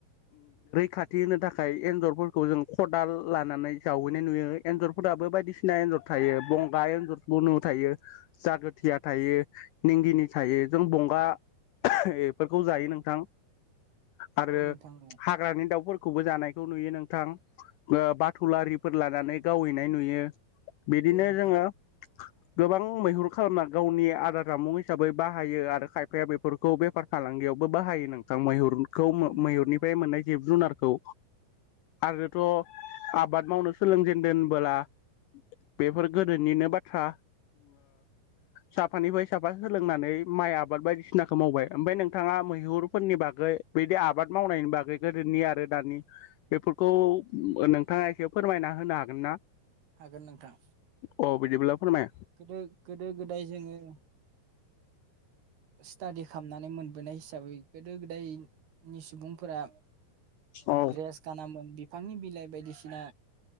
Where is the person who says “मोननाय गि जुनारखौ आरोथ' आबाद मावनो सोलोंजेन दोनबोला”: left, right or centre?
Left